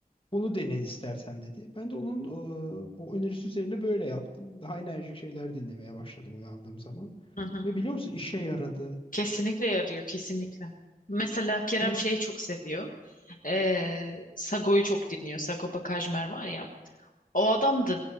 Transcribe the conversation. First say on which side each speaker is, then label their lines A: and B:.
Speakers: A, on the left; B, on the left.
A: bunu dene istersen dedi. Ben de onun e, o önerisi üzerine böyle yaptım. Daha enerjik şeyler dinlemeye başladım uyandığım zaman.
B: Hı hı.
A: Ve biliyor musun işe yaradı.
B: Kesinlikle yarıyor, kesinlikle. Mesela Kerem
A: Bir ara
B: şeyi çok seviyor. Ee, Sago'yu çok dinliyor. Sagopa Kajmer var ya. O adam da